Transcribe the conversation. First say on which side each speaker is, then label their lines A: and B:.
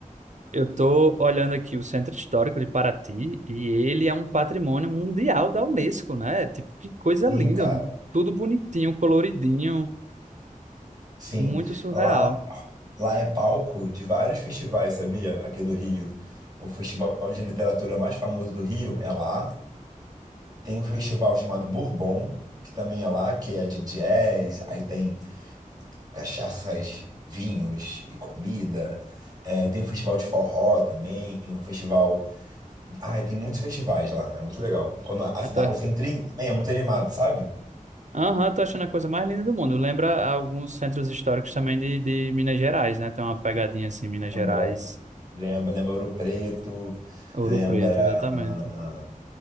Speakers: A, on the right (about 55°); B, on the right (about 30°).
A: Eu tô olhando aqui o Centro Histórico de Paraty e ele é um patrimônio mundial da Unesco, né? Tipo, que coisa
B: Sim,
A: linda.
B: cara.
A: Tudo bonitinho, coloridinho,
B: Sim.
A: muito surreal.
B: Lá, lá é palco de vários festivais, sabia? Aqui do Rio. O festival de literatura mais famoso do Rio é lá. Tem um festival chamado Bourbon, que também é lá, que é de jazz, aí tem cachaças, vinhos e comida. É, tem um festival de forró também, um festival. Ai, tem muitos festivais lá, é muito legal. Quando a
A: Eu
B: cidade,
A: tô-
B: o Centrinho também é muito animado, sabe?
A: Aham, tô achando a coisa mais linda do mundo. Lembra alguns centros históricos também de, de Minas Gerais, né? Tem uma pegadinha assim, Minas
B: Lembra,
A: Gerais,
B: lembra, lembra Ouro Preto,
A: Ouro
B: lembra.
A: Preto, exatamente.
B: ah,